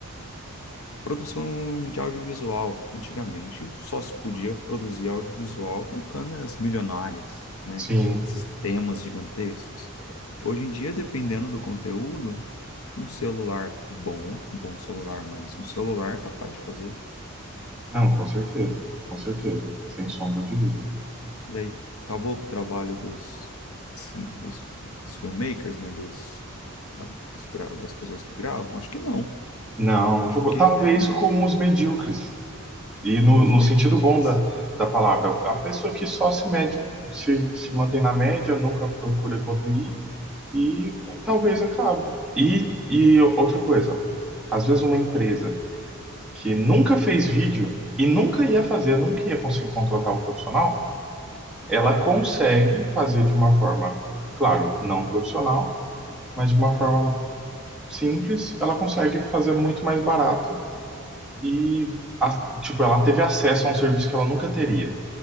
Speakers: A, on the left; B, in the centre.
A: produção de audiovisual. Antigamente, só se podia produzir audiovisual com câmeras milionárias, né?
B: Sim,
A: Sistemas gigantescos. Hoje em dia, dependendo do conteúdo, um celular bom, um bom celular, mas um celular é capaz de fazer.
B: não, com certeza, com certeza, sem sombra de dúvida.
A: E aí, acabou com o trabalho dos, cin- dos, dos filmmakers, né? Dos, da- dos gra- das pessoas que gravam? Acho que não.
B: Não,
A: Acho
B: acabou.
A: que
B: Talvez
A: a ideia
B: com os medíocres. E no,
A: com os
B: no
A: medíocres.
B: sentido bom da, da palavra, a pessoa que só se mede, se, se mantém na média, nunca procura evoluir e talvez acabe. E, e outra coisa, às vezes uma empresa que nunca fez vídeo e nunca ia fazer, nunca ia conseguir contratar um profissional, ela consegue fazer de uma forma, claro, não profissional, mas de uma forma simples, ela consegue fazer muito mais barato e a- tipo, ela teve acesso a um serviço que ela nunca teria.